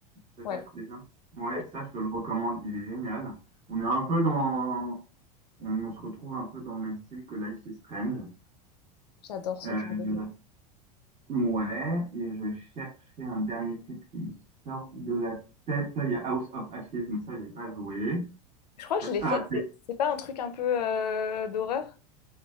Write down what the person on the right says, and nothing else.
peut-être
déjà. Ouais,
ça, je te le recommande, il est génial. On est un peu dans, on, on se retrouve un peu dans le même style que Life is Strange.
Euh,
ouais, et je cherchais un dernier titre qui me sort de la tête. Il y a House of Ashes, mais ça, j'ai pas joué.
Ah,